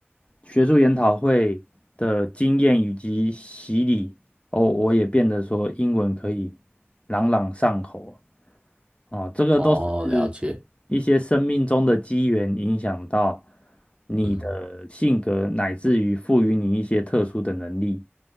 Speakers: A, on the left; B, on the right.
A: 学术研讨会的经验以及洗礼，哦，我也变得说英文可以朗朗上口哦，这个都是
B: 哦，了解。
A: 一些生命中的机缘影响到你的性格，
B: 嗯，
A: 乃至于赋予你一些特殊的能力。